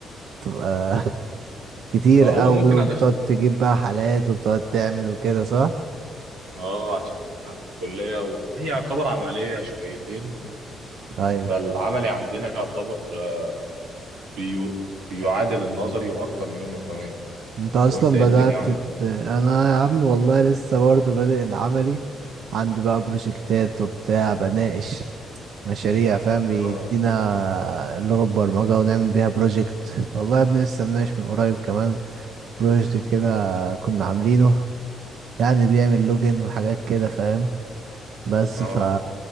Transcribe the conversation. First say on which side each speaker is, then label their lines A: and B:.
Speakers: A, on the right; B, on the right.
A: تبقى <laughs> كتير
B: آه، هو
A: اوي
B: ممكن
A: وبتقعد
B: علشان
A: تجيب بقى حالات وبتقعد تعمل وكده صح؟
B: اه عشان احنا كليه و... هي يعتبر عمليه شويتين
A: ايوه
B: فالعملي عندنا يعتبر آه، بيو... بيعادل النظري واكتر منه كمان
A: انت اصلا
B: وانت ايه
A: بدأت
B: الدنيا عندك
A: ت- انا يا عم والله لسه برضه بادئ العملي عندي بقى بروجكتات وبتاع بناقش مشاريع فاهم بيدينا
B: اه
A: لغة برمجة ونعمل بيها بروجكت والله يا ابني لسه مناقش من قريب كمان بروجكت كده كنا عاملينه يعني بيعمل لوجن وحاجات كده فاهم بس
B: اه
A: ف